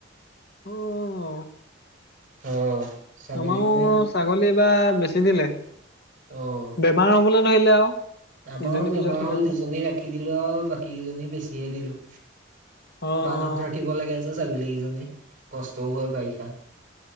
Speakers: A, on the left (about 55°); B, on the right (about 45°).
A: অ'।
B: অ'। ছাগলী
A: আমাৰো
B: মানে
A: ছাগলী এইবাৰ বেচি দিলে,
B: অ
A: বেমাৰ হ'বলে ধৰিলে আৰু।
B: আমাৰো
A: ইজনীৰ
B: বেমাৰ
A: পিছত সিজনী
B: হ'ল দুজনী ৰাখি দিলোঁ আৰু বাকী কেইজনী বেচিয়ে দিলোঁ।
A: অ অ
B: বান্ধত ৰাখিব লাগে যে ছাগলীকিজনী কষ্টও হয়, বাৰিষাত।